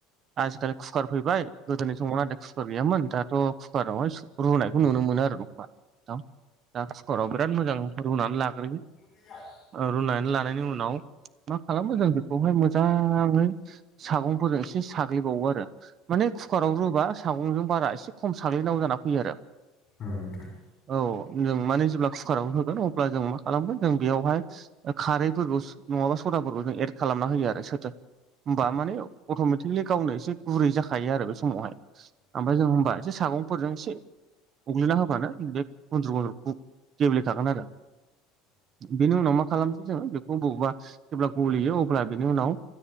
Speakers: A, on the right (about 30°); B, on the left (about 30°).
A: आजिखालि कुकार फैबाय गोदोनि समावआथ कुकार गैयामोन दाथ' कुकार आवहायो रुनायखौ नुनो मोनो आ होना दा कुकाराव बिराद मोजां रुनानै लाग्रो।
B: गैया
A: रुनानै लानायनि उनाव मा खालामो जों बेखौहाय मोजाङै सागंफोरजों एसे साग्लिबावो आरो माने कुकाराव रुबा सागंजों बारा एसे खम साग्लिनांगौ जाना फैयो।
B: औ नोंथां।
A: औ जों माने जेब्ला कुकाराव होगोन अब्ला जों मा खालामगोन जों बेयावहाय खारैफोरखौ नङाबा सदाफोरखौ जों एद खालामना होयो आरो सोरथ होमबा माने अट'मेटिकलि गावनो एसे गुरै जाखायो आरो बे समाव। ओमफ्राय जों होनबा एसे सागंफोरजों एसे उग्लिना होबानो बे गुन्द्र' गन्द्र' गेब्ले खागोन आरो बेनि उनाव मा खालामसै जोङो बेखौ बबेबा जेब्ला गलियो अब्ला बेनि उनाव